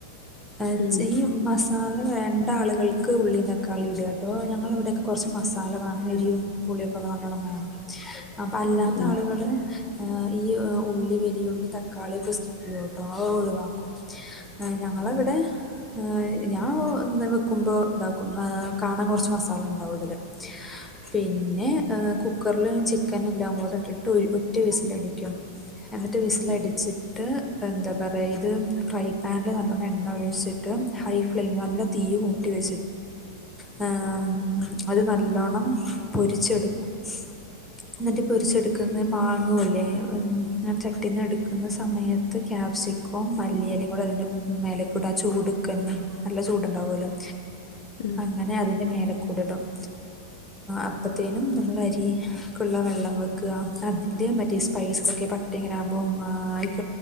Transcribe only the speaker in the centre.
<unintelligible>
മസാല <unintelligible> വേണ്ട ആളുകൾക്ക് ഉള്ളിം തക്കാളി ഇടുക കേട്ടോ ഞങ്ങളിവിടെയൊക്കെ കുറച്ച് മസാല വേണം എരിയും പുൊളിയൊക്കെ നല്ലോണം വേണം അപ്പൊ അല്ലാത്തെ
ആളുകൾ <unintelligible> തക്കാളി ഒക്കെ സ്കിപ് ചെയ്യൂട്ടോ അത് ഒഴിവാക്കും ഞങ്ങൾ <unintelligible> ഞാൻ ഇ വെക്കുമ്പോ ഇതാക്കും കാണാൻ കുറച്ച് മസാല ഉണ്ടാവും ഇതില് പിന്നെ കുക്കറില് ചിക്കനല്ലാം കൂടെ ഇട്ടിട്ട് ഒറ്റ വീസില് അടിക്കും എന്നിട്ട് വിസിലടിച്ചിട്ട്
എന്താ പറയുക ഇത് ഫ്രൈ പാനിൽ നല്ലോണ്ണം എണ്ണ ഒഴിച്ചിട്ട് ഹൈ ഫ്ലെയിമിൽ നല്ല തീ കൂട്ടി <unintelligible> അത് നല്ലണം പൊരിച്ചെടുക്കും എന്നിട്ട് പൊരിച്ചെടുക്കുന്നത്
മാങ്ങുവല്ലേ <inaudible> വട്ടിൽ നിന്ന് എടുക്കുന്ന സമയത്ത് ക്യാപ്സിക്കോം, മല്ലിയയിലും കൂടെ അതിൻ്റെ മേലക്കൂട ചൂടുക്കന്നെ നല്ല ചൂട്ണ്ടാവപോലും
അങ്ങനെ അതിന്റെ <unintelligible> <unintelligible> അപ്പത്തേനും നമ്മൾ അരിക്കുള്ള വെള്ളം വെക്കുക അതില് മറ്റേ സ്പൈസ്സെസ് ഒക്കെ പട്ടയും <unintelligible> അം <unintelligible>